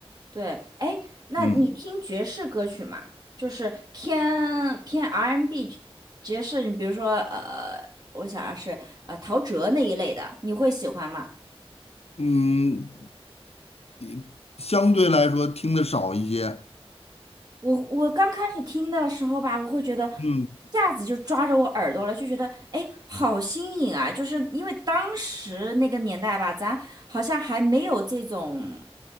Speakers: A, on the right; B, on the left.
A: 对，哎，那你听爵士歌曲吗？
B: 嗯
A: 就是偏偏 R&B N 爵士，你比如说呃，我想啊是呃陶喆那一类的，你会喜欢吗？
B: 嗯，一相对来说听的少一些。
A: 我我刚开始听的时候吧，我会觉得一下子就抓着我耳朵了，
B: 嗯
A: 就觉得哎，好新颖啊！就是因为当时那个年代吧，咱好像还没有这种